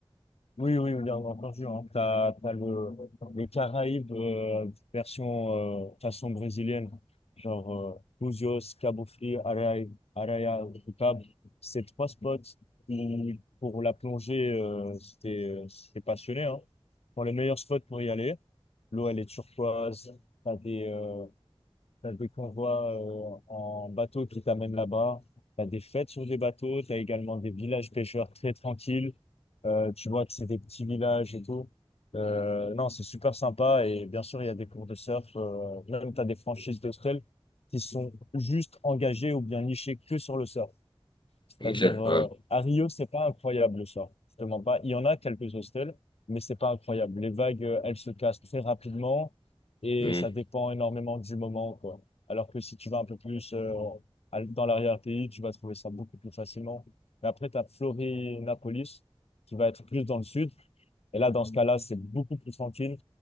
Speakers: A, on the left (about 75°); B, on the left (about 50°).
A: Oui, oui, bien entendu. Hein. T'as, t'as le, les Caraïbes euh, version euh, façon brésilienne, genre euh, Búzios, Cabo Frio, Araia, Araia do Cabo. Ces trois spots où, pour la plongée, euh, si t'es si t'es passionné, hein, sont les meilleurs spots pour y aller. L'eau, elle est turquoise. T'as des, euh, T'as des convois euh, en bateau qui t'amènent là-bas. T'as des fêtes sur des bateaux. T'as également des villages pêcheurs très tranquilles. Euh, tu vois que c'est des petits villages et tout. Euh, non, c'est super sympa. Et bien sûr, il y a des cours de surf. euh, même t'as des franchises d'hôtels qui sont juste engagées ou bien nichées que sur le surf. C'est-à-dire,
B: hein.
A: euh,
B: Ok.
A: à Rio, c'est pas incroyable le soir. Je te mens pas. Il y en a quelques hostels, mais c'est pas incroyable. Les vagues, euh, elles se cassent très rapidement et
B: Ouais.
A: ça dépend énormément du moment, quoi. Alors que si tu vas un peu plus euh, à- dans l'arrière-pays, tu vas trouver ça beaucoup plus facilement. Mais après, tu as Florianópolis, qui va être plus dans le sud. Et là, dans ce cas-là, c'est beaucoup plus tranquille.